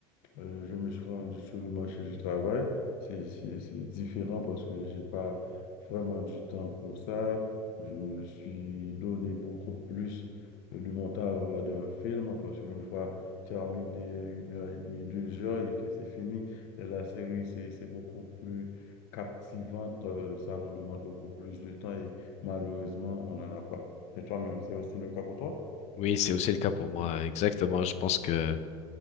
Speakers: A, on the left; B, on the left.
A: Euh, je me suis rendu sur le marché du travail. C'est, c'est, c'est différent parce que j'ai pas vraiment du temps pour ça. Je me suis donné beaucoup plus euh, de mon temps à regarder un film parce qu'une fois terminé une heure et demie, deux heures et que c'est fini, mais la série, c'est, c'est beaucoup plus captivante. euh, ça nous demande beaucoup plus de temps et malheureusement, on n'en a pas. Et toi-même, c'est aussi le cas pour toi?
B: Oui, c'est aussi le cas pour moi, exactement. Je pense que,